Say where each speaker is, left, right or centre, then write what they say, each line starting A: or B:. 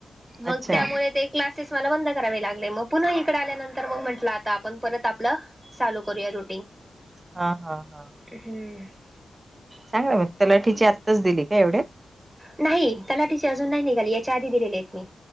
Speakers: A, on the right; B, on the right.
A: मग
B: अच्छा
A: त्यामुळे ते क्लासेस मला बंद करावे लागले, मग पुन्हा इकडे आल्यानंतर मग म्हटलं आता आपण परत आपलं चालू करूया रु
B: हा हा हा,
A: हम्म
B: चांगलंय म तलाठीची आत्ताच दिली का एवढ्यात?
A: नाही, तलाठीचे अजून नाही निघाली, याच्या आधी दिलेले आहेत मी,